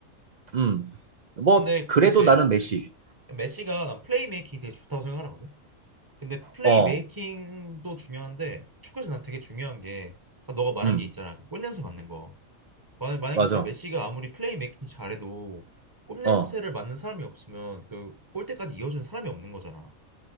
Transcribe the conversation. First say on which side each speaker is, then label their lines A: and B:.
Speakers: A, on the right (about 50°); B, on the right (about 15°).
A: 음뭐
B: 근데
A: 그래도
B: 그렇지.
A: 나는 메시
B: 메시가 난 플레이메이킹이 되게 좋다고 생각하거든. 근데 플레이
A: 어
B: 메이킹도 중요한데 축구에서 난 되게 중요한 게 아까 너가 말한
A: 음
B: 게 있잖아. 그 꽃냄새 맡는 거. 만약 만약에
A: 맞아
B: 진짜 메시가 아무리 플레이 메이킹 잘해도 꽃냄새를
A: 어
B: 맡는 사람이 없으면 그 골대까지 이어주는 사람이 없는 거잖아.